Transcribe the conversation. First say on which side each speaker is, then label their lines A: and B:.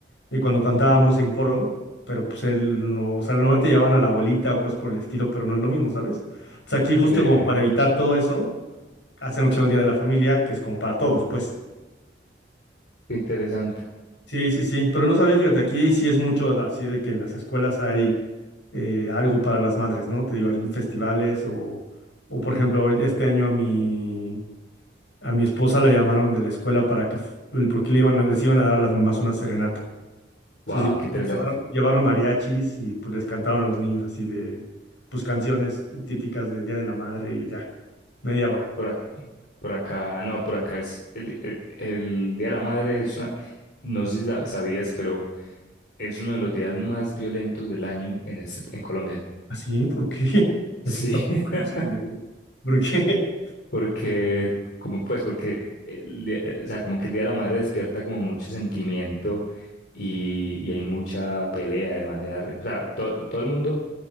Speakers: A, on the left; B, on the left.
A: de cuando cantábamos en coro, pero pues él no, o sea, normalmente llevaban a la abuelita o cosas por el estilo, pero no es lo mismo, ¿sabes? Entonces aquí justo
B: ve,
A: como para evitar todo eso, hacen lo que se llama el Día de la Familia, que es como para todos, pues.
B: qué interesante.
A: Sí, sí, sí, pero no sabía, fíjate, aquí sí es mucho así de que en las escuelas hay eh, algo para las madres, ¿no? Te digo, algún festivales o, o por ejemplo, hoy- este año a mi, a mi esposa la llamaron de la escuela para que, fu- el- porque le iban a- les iban a dar a las mamás una serenata. Entonces
B: Wow,
A: llevaron,
B: qué interesante.
A: llevaron, llevaron mariachis y pues les cantaron a los niños así de, pues canciones típicas del Día de la Madre y ya, media hora.
B: Por, ac- por acá, no, por acá es el, di- el, el Día de la Madre es una, no sé si sa- sabías, pero es uno de los días más violentos del año en este, en Colombia.
A: ¿Así? ¿Por qué? <laughs>
B: Sí,
A: Eso está muy
B: <laughs>
A: curioso, fíjate. ¿Por qué? <laughs>
B: porque, como pues, porque el, día- o sea, como que el Día de la Madre despierta como mucho sentimiento y, y hay mucha pelea, demasiada, ri- o sea, to- todo el mundo,